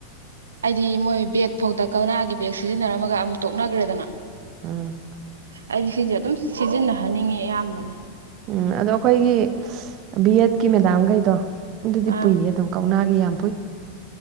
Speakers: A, on the right (about 70°); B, on the right (about 40°).
A: ꯍꯥꯏꯗꯤ ꯃꯣꯏ ꯕꯦꯒ ꯐꯥꯎꯗ ꯀꯧꯅꯥꯒꯤ ꯕꯦꯒ ꯁꯤꯖꯤꯟꯅꯔꯝꯃꯒ ꯑꯃꯨꯛ ꯇꯣꯛꯅꯈ꯭ꯔꯦꯗꯅ
B: ꯎꯝ
A: ꯑꯩꯗꯤ ꯁꯤꯁꯦ ꯑꯗꯨꯝ ꯁꯤꯖꯤꯟꯅꯍꯟꯅꯤꯡꯉꯦ ꯑꯌꯥꯝꯕꯅ
B: ꯎꯝ ꯑꯗꯣ ꯑꯩꯈꯣꯏꯒꯤ ꯕꯤ ꯑꯦꯠꯀꯤ ꯃꯦꯗꯥꯝꯈꯩꯗꯣ ꯑꯗꯨꯗꯤ
A: ꯑꯥ
B: ꯄꯨꯏꯌꯦ ꯑꯗꯨꯝ ꯀꯧꯅꯥꯒꯤ ꯌꯥꯝ ꯄꯨꯨꯏ